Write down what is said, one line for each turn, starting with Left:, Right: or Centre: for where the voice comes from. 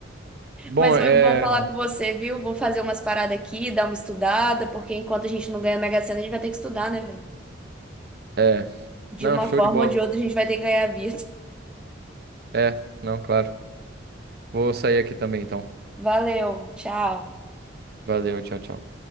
Right: Bom,
Centre: Mas foi
Right: é.
Centre: bom falar com você, viu? Vou fazer umas paradas aqui, dar uma estudada, porque enquanto a gente não ganha Mega Sena, a gente vai ter que estudar, né, velho?
Right: É.
Centre: De
Right: Não,
Centre: uma
Right: show
Centre: forma
Right: de bola.
Centre: ou de outra, a gente vai ter que ganhar a vida.
Right: É, não, claro. Vou sair aqui também então.
Centre: Valeu, tchau.
Right: Valeu, tchau, tchau.